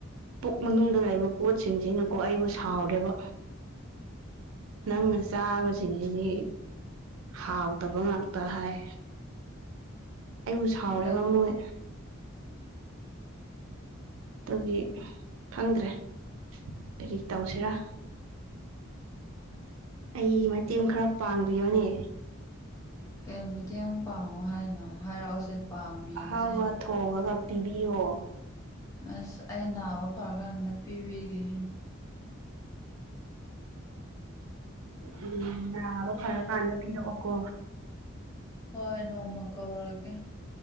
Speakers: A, on the right; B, on the left.
A: ꯄꯨꯛ ꯃꯅꯨꯡꯗ ꯂꯩꯕ ꯄꯣꯠꯁꯤꯡꯁꯤꯅꯀꯣ ꯑꯩꯕꯨ ꯁꯥꯎꯔꯦꯕ ꯅꯪꯅ ꯆꯥꯕꯁꯤꯡꯖꯤꯗꯤ ꯍꯥꯎꯇꯕ ꯉꯥꯛꯇ ꯍꯥꯏ ꯑꯩꯕꯨ ꯁꯥꯎꯔꯦꯕ
B: ꯍꯟꯗꯛ
A: ꯃꯣꯏ ꯇꯨꯒꯤ ꯈꯪꯗ꯭ꯔꯦ ꯀꯔꯤ ꯇꯧꯁꯦꯔꯥ ꯑꯩ ꯃꯇꯦꯡ ꯈꯔ ꯄꯥꯡꯕꯤꯌꯣꯅꯦ
B: ꯀꯩ ꯃꯇꯦꯡ ꯄꯥꯡꯉꯣ ꯍꯥꯏꯅꯣ ꯍꯥꯏꯔꯛꯑꯣꯁꯦ ꯄꯥꯡꯕꯤꯒꯦꯁꯦ
A: ꯑꯍꯥꯎꯕ ꯊꯣꯡꯉꯒ ꯄꯤꯕꯤꯌꯣ
B: ꯑꯁ ꯑꯩ ꯅꯥꯕ ꯐꯔ ꯀꯥꯟꯗ ꯄꯤꯕꯤꯒꯦꯍꯦ
A: ꯑꯗꯨ ꯅꯥꯕ ꯐꯔ ꯀꯥꯟꯗ ꯄꯤꯔꯛꯑꯣꯀꯣ
B: ꯍꯣꯏ ꯅꯣꯡꯃ ꯀꯧꯔꯒꯦ